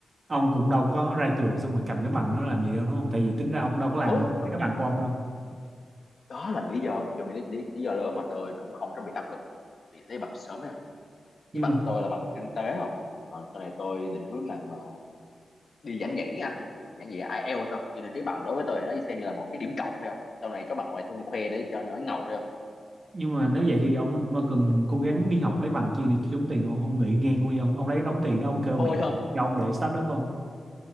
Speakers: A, on the right (about 40°); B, on the left (about 55°).
A: ông cũng đâu có ra trường xong rồi cầm cái bằng nó làm gì đâu đúng không tại vì tính ra ông đâu có làm
B: đúng
A: gì với
B: đúng
A: cái bằng của ông đâu
B: đó là lý do trong lý, lý, lý do lớn mà tôi cũng không có bị áp lực vì lấy bằng sớm nè
A: nhưng
B: cái bằng
A: mà
B: tôi là bằng kinh tế không còn sau này tôi định hướng làm ờ, đi giảng dạy tiếng Anh giảng dạy IELTS thôi cho nên cái bằng đối với tôi thì nó xem như là một cái điểm cộng thôi không sau này có bằng ngoại thương khoe để cho nó ngầu thôi không
A: nhưng mà nếu vậy thì ông cũng đâu cần cố gắng đi học lấy bằng chi để kiếm tiền ông ông nghỉ ngang luôn đi ông ông lấy cái đống tiền đó ông kêu
B: thôi
A: mẹ
B: không
A: cho ông để start up không